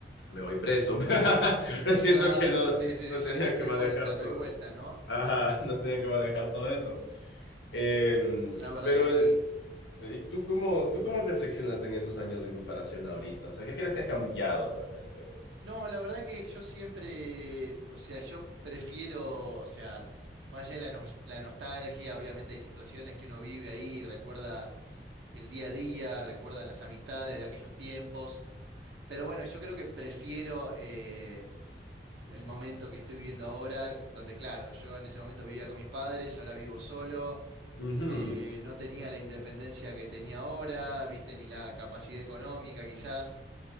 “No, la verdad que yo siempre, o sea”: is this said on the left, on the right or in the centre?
Right